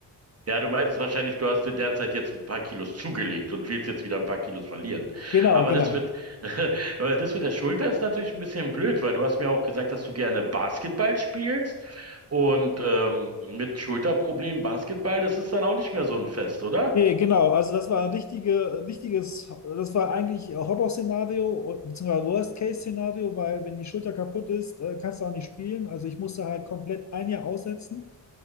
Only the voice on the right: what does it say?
Ja, du meintest wahrscheinlich, du hast in der Zeit jetzt ein paar Kilos zugelegt und willst jetzt wieder ein paar Kilos verlieren.
Aber
das wird, <laughs> aber das mit der Schulter ist natürlich ein bisschen blöd, weil du hast mir auch gesagt, dass du gerne Basketball spielst und ähm, mit Schulterproblemen Basketball, das ist dann auch nicht mehr so ein Fest, oder?